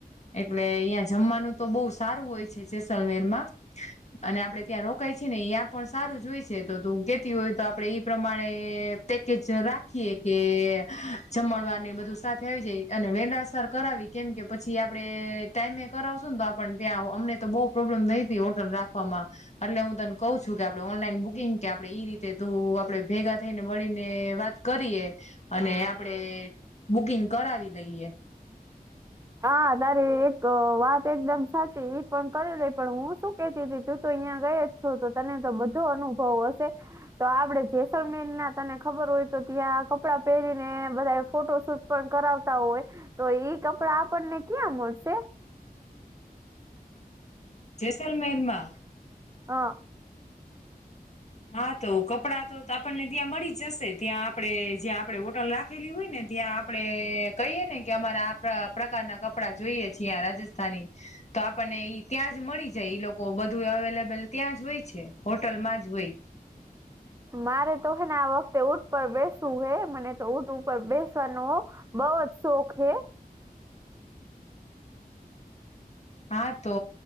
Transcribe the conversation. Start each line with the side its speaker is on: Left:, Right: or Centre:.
Left: એટલે અહીંયા જમવાનું તો બહુ સારું હોય છે જેેસલમેર માં અને આપડે ત્યાં રોકાય છે ને એયા પણ સારું જોય છે તો તું કેતી હોય તો આપડે ઈ પ્રમાણે એ પેકેજ રાખીએ કે જમડવાની બધી સાથે આવી જાય અને વેલા સાર કરાવી કેમ કે પછી આપડે ટાઈમે કરાવશું ને તો પણ ત્યાં અમને તો બહુ પ્રોબ્લેમ નઈ હોટલ રાખવામાં એટલે હું તને કહું છું કે આપણે ઓનલાઈન બુકિંગ કે આપડે ઈ રીતે તું આપડે ભેગા થઈ ને મળીને વાત કરીએ અને આપણે બુકિંગ કરાવી લઈએ.
Right: હા તારે એક વાત એકદમ સાચી ઈ પણ કરી લે પણ હું શું કેતી તી તું તો અહિયાં ગએ છો તો તને તો બધો અનુભવ હશે તો આપડે જેસલમેર ના તને ખબર હોય તો ત્યાં કપડા પહેરીને બધા ફોટો શૂટ પણ કરાવતા હોય તો ઈ કપડા આપણને ક્યાં મળશે
Left: જેસલ મેર માં
Right: હા.
Left: હા તો કપડા તો તો આપણને ત્યાં મળી જશે ત્યાં આપણેે જ્યાં આપણે હોટલ રાખેલી હોય ને ત્યાં આપણે એ કહીએ ને કે અમારે આ પ્રકારના કપડાં જોઈએ છેં આ રાજસ્થાની તો આપણને ઈ ત્યાં જ મળી જાય ઈ લોકો બધું અવેલેબલ ત્યાં જ હોય છે હોટલમાં જ હોય
Right: મારે તો હે ને આ વખતે ઊંટ પર બેસવું હે મને તો ઊંટ ઉપર બેસવાનો બઉ જ સોખ હે
Left: હા તો